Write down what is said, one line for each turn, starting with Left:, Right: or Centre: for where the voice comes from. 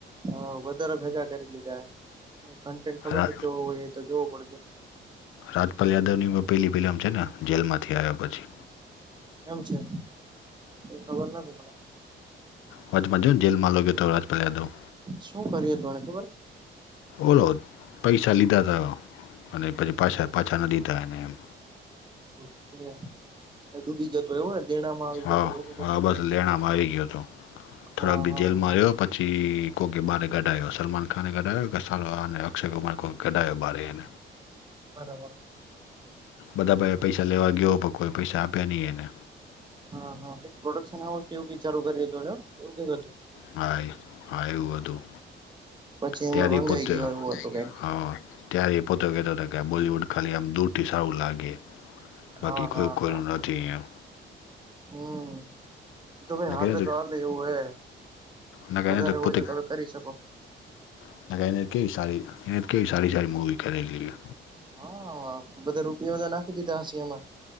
Right: હા વધારે ભેગા કરી લીધા કન્ટેન્ટ ખબર
Left: રા
Right: ની કેવો હોય એ તો જોવો પડશે
Left: રાજપાલ યાદવ ની પેલી ફિલમ છે ને જેલમાંથી આવ્યા પછી
Right: એમ છે ખબર નથી મને
Left: વાજમાંજન જેલમાં લગેતો રાજપાલ યાદવ
Right: શું કર્યું હતું એને
Left: ઓલો પૈસા લીધા હતા અને પછી પાછા પાછા ન દીધા ને એમ
Right: <inaudible> ડુબી જતો એવો ને ગેણા માં આવી
Left: હા
Right: ગતો એવું કઈક
Left: હા
Right: હતું ને
Left: બસ લેણામાં આવી ગયો હતો
Right: હા
Left: થોડાક બીજેલ
Right: હા હા
Left: માર્યો પ જી કોકે બાર ગઢાય સલમાન ખાનને ગઢાયો કે સને અક્ષય કુમાર <unintelligible>
Right: બરાબર
Left: બધા પાહે પૈસા લેવા ગયો પણ કોઈ પૈસા આપે ની એને
Right: હા હા કઈક પ્રોડક્શન હાઉસ એવું વિચારું કર હતું એવું કઈક હતું
Left: હાય હા એવું હતું
Right: પછી
Left: તેં
Right: એમાં
Left: રિપોર્ટ
Right: ભંગાઈ ગયો એવું હતું કઈક
Left: હા ત્યારે એ પોતે કહેતો હતા કે બોલીવૂડ ખાલી આમ દૂરથી સારું લાગે બાકી
Right: હા
Left: કોઈ
Right: હા
Left: કોઈનું
Right: હા
Left: ન થી એમ
Right: હમ એતો ભાઈ
Left: ને
Right: હાલે
Left: કહે
Right: તો હાલે એવું હે
Left: ને કહે
Right: વધારે હોય
Left: પોતે
Right: તો તમે કરી શકો
Left: <unintelligible> કેવી સારી કેવી સારી સારી મૂવી કરેલી
Right: હા બધા રૂપિયોના નાખી દીધા હશે એમાં